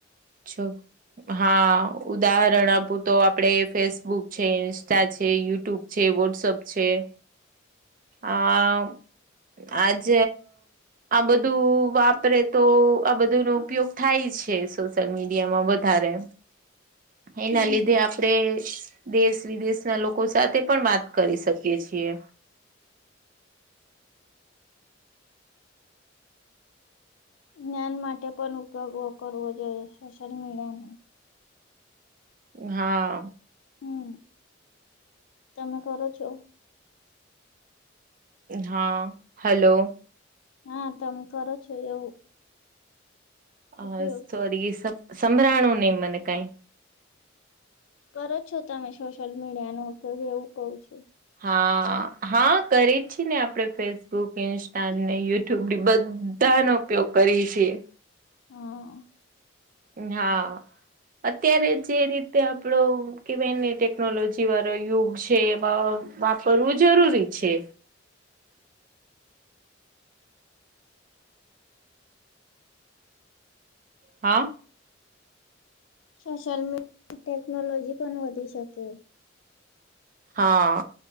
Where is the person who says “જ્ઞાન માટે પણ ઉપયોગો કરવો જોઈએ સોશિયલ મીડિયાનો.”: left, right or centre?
Left